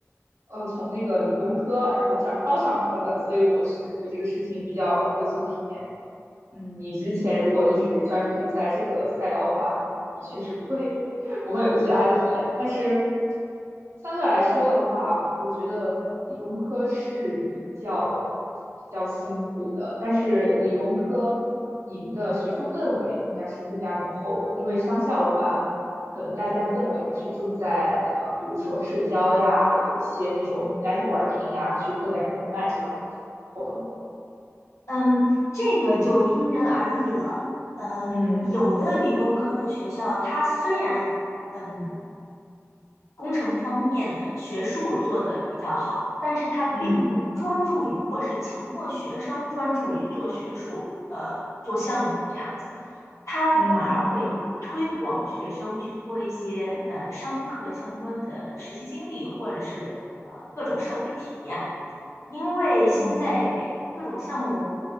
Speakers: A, on the right (about 70°); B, on the left (about 70°).
A: 呃，从那个理工科然后转到商科的，所以我是对这个事情比较有所体验。嗯，你之前如果一直专注于在这个赛道的话，可能的确是不会 <laughs> 不会有其他的体验。但是相对来说的话，我觉得理工科是比较比较辛苦的，但是理工科你们的学术氛围应该是更加浓厚的，因为商校的话，可能大家的氛围还是重在呃，比如说社交呀，有一些那种 networking 呀，去扩展人脉这样的一种活动。
B: 嗯，这个就因人而异了。嗯，
A: 嗯
B: 有的理工科的学校，它虽然嗯工程方面的学术做得比较好，但是他并不专注于，
A: 嗯
B: 或是强迫学生专注于做学术，呃，做项目这样子，他反而会推广学生去做一些呃商科相关的实习经历，
A: 嗯。
B: 或者是呃各种社会体验，因为现在各种项目
A: 嗯